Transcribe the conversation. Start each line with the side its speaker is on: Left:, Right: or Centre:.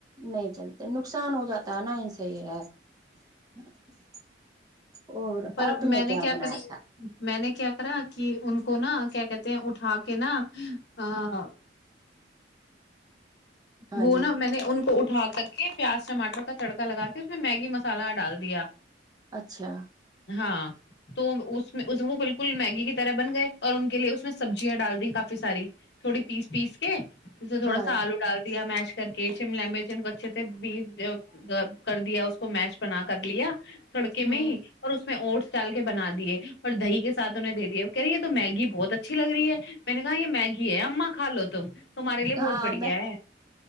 Right: نہیں چلتے نقصان ہو جاتا ہے نا انس صی ہے <unintelligible> اور
Left: پر
Right: آپ نے
Left: میں
Right: کیا بنایا
Left: کر
Right: تھا
Left: میں نے کیا کرا کہ ان کو نا کیا کہتے ہیں اٹھا کے نا ا
Right: ہاں
Left: وہ
Right: جی
Left: نا میں نے ان کو تو اٹھا کر کے پیاز ٹماٹر کا تڑکا لگا کے اس میں میگی مسالہ ڈال دیا
Right: اچھا
Left: ہاں تو اس وہ بالکل میگی کی طرح بن گئے اور ان کے لیے اس میں سبزیاں ڈال دییں کافی ساری تھوڑی پیس پیس کے جس تھوڑا
Right: ہاں
Left: آلو دیا میش کر کے شم لم جن کو اچھے سے بی کر دیا اس کو میش بنا کر لیا سڑکے
Right: ہوں
Left: میں ہی اور اس میں اوٹس ڈال کے بنا دیے اور دہی کے ساتھ انہیں دے دیے کہہ رہی یہ تو میگی بہت اچھی لگ رہی ہے میں نے کہا یہ میگی ہے اما کھا لو تم تمہارے لیے
Right: ہاں
Left: بہت بڑھیا
Right: میں
Left: ہے